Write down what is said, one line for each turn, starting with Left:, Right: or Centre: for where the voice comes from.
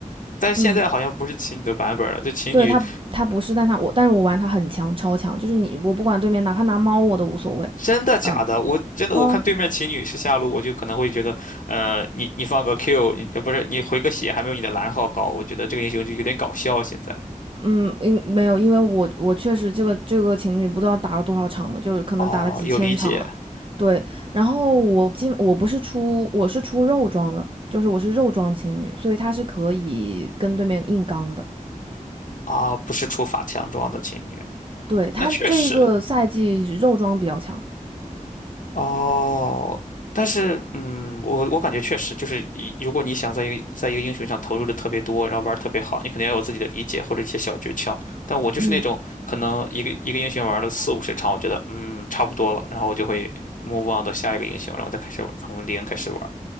Left: 但是现在好像不是琴女的版本了，
Right: 嗯，
Left: 就琴女
Right: 对他他不是，但他我但是我玩他很强，超强，就是你我不管对面哪怕拿猫我都无所谓，
Left: 真的假的？
Right: 嗯
Left: 我真的我看对面琴女是下路，
Right: 哦
Left: 我就可能会觉得，呃，你你放个 Q，你呃不是你回个血还没有你的蓝耗高，我觉得这个英雄就有点搞笑。现在
Right: 嗯，因没有，因为我我确实这个这个情侣不知道打了多少场了，就是可能打了几千场了，
Left: 哦，有理解
Right: 对，然后我基本我不是出我是出肉装的，就是我是肉装情侣，所以他是可以跟对面硬刚的，
Left: 啊，不是出法强装的琴女，
Right: 对他这一个赛季肉装比较强，
Left: 那确实，哦，但是，嗯，我我感觉确实就是一，如果你想在一个在一个英雄上投入的特别多，然后玩儿特别好，你肯定要有自己的理解或者一些小诀窍。但我就是那种可能一个一个英雄玩了四五十场，
Right: 嗯。
Left: 我觉得嗯差不多了，然后我就会 move on 到下一个英雄，然后再开始玩从零开始玩儿。